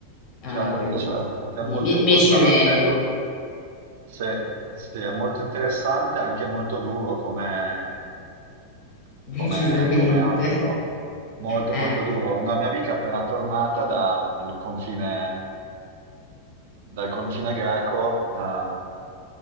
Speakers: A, on the left (about 40°); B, on the right (about 55°).
A: Eh,
B: certo,
A: pen-
B: certo, che
A: mi
B: è molto
A: mi-
B: importante,
A: mi ci vedo,
B: sì, sì, è molto interessante e anche molto duro come,
A: <laughs> decisamente.
B: come, come ambito, molto
A: Eh,
B: molto duro. Una mia amica appena tornata dal confine, dal confine greco eh,